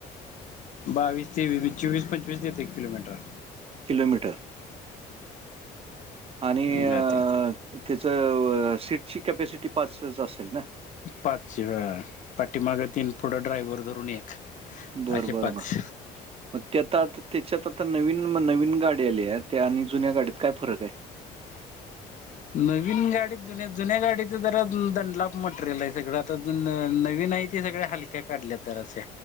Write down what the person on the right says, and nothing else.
किलोमीटर आणि अं
त्याचं सीटची कॅपॅसिटी पाचच असेल ना.
बरं
बरं
बर. मग त्या आता त्याच्यात आता नवीन नवीन गाडी आली आहे त्या आणि जुन्या गाडीत काय फरक आहे?